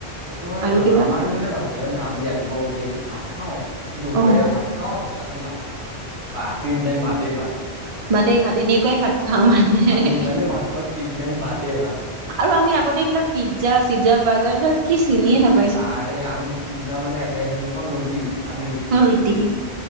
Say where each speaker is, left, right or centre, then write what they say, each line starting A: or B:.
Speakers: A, on the right; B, on the right.
A: সেইটো হয়
B: আৰু
A: বাৰু
B: কিবা
A: আমাৰ দিনতে ভাল আছিলে হয় ন আমি ৰাতিপুৱা উঠিয়ে কি ভাত খাও দুপৰীয়া
B: অ
A: ভাত ভাত খাওঁ ৰাতি ভাত খাওঁ বা তিন টাইম ভাতেই ভাত।
B: ভাতেই ভাত এনেকুৱাই ভাত খাওঁ মানে
A: আমি ইমানে ভাত খাওঁ তিন টাইম ভাতেই ভাত।
B: আৰু আমি আগতে এইবিলাক পিজ্জা, চিতজা, বাৰ্গাৰ এইবিলাক কি চিনিয়ে নাপ
A: আৰে আমি পিজ্জা মানে এটাই চিনি পাওঁ ৰুটি আমি ৰুটি।
B: ৰুতি।